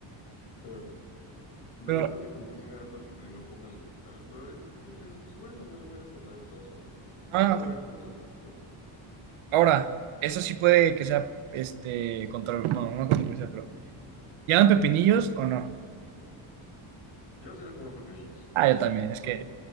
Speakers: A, on the left (about 60°); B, on the right (about 85°).
A: ah, De
B: Pero,
A: repente como que sí me da toque primero pongan los vegetales, pero hay veces que dices, pues bueno, me lo voy a comer de todas formas.
B: ah,
A: Todo va a ir junto. <laughs>
B: ahora, eso sí puede que sea, este, contra, bueno, no controversial, pero, ¿llaman pepinillos o no?
A: Yo sí le pongo pepinillos.
B: Ah, yo también, es
A: ¿Tú?
B: que